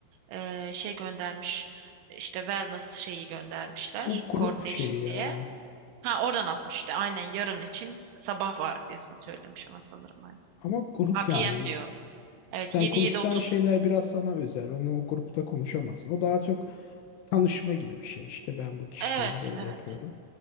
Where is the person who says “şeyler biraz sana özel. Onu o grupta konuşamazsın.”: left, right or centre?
Left